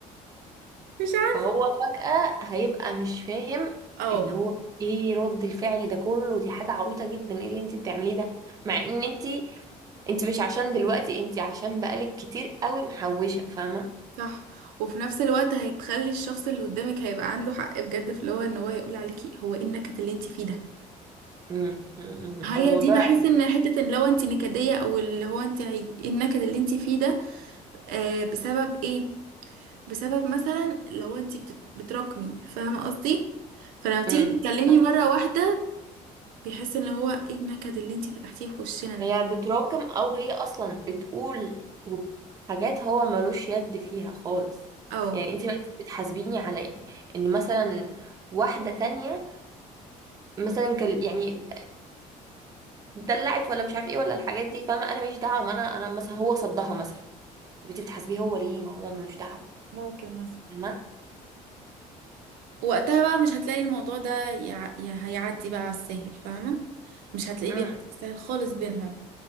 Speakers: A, on the right; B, on the right.
A: مش عارفة
B: فهو فجأة هيبقى مش فاهم
A: اه
B: اللي هو ايه رد الفعل ده كله دي حاجة عبيطة جدا ايه اللي انت بتعمليه ده مع ان انت انت مش عشان دلوقتي انت عشان بقالك كتير قوي محوشة فاهمة
A: صح وفي نفس الوقت هتخلي الشخص اللي قدامك هيبقى عنده حق بجد في اللي هو ان هو يقول عليكي هو ايه النكد اللي انت فيه ده
B: امم أمم.
A: هي
B: الموضوع
A: دي بحس ان حتة ان لو انت نكدية او اللي هو انت هي... إيه النكد اللي انت فيه ده آه بسبب ايه بسبب مثلا لو انت بتت... بتراكمي فاهمة قصدي فلما تيجي
B: امم
A: تتكلمي
B: صح
A: مرة واحدة بيحس ان هو ايه النكد اللي انتي فتحتيه في وشنا ده
B: هي بتراكم او هي اصلا بتقول حاجات هو ملوش يد فيها خالص
A: اه
B: يعني انت بقيتي بتحاسبيني على ان مثلا واحدة تانية مثلا كان يعني دلعت ولا مش عارف ايه ولا الحاجات دي فاهمه انا ماليش دعوه ما انا انا مثلا هو صدها مثلا طب انت بتحاسبيه هو ليه ما هو ملوش دعوه
A: ممكن مثلا
B: فاهمه
A: وقتها بقى مش هتلاقي الموضوع ده يع... يع- هيعدي بقى على السهل فاهمة مش هتلاقيه
B: امم
A: بيعدي على السهل خالص بينهم